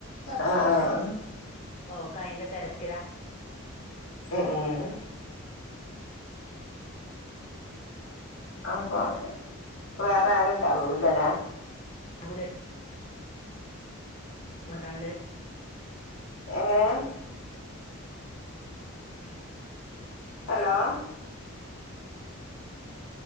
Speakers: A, on the left; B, on the left.
A: ആഹ് ആഹ് ആഹ്
B: ഓക്കയിന്റെ തിരക്കിലാ
A: ഉം ഉം അപ്പൊ വേറെ ആരുണ്ടാവൂലലേ
B: അവിടെ ണക്കാണ്ട്
A: എങ്ങനെയാ ഹലോ